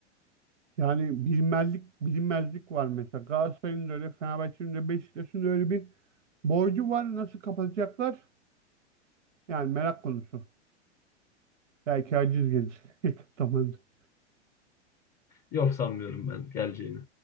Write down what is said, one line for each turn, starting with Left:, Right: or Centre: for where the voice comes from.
Right: Yani bilinmezlik bilinmezlik var mesela. Galatasaray'ın da öyle, Fenerbahçe'nin de Beşiktaş'ın da öyle bir Borcu var nasıl kapatacaklar? Yani merak konusu. Belki aciz gelir. <laughs> Yakın
Left: Yok sanmıyorum ben geleceğini.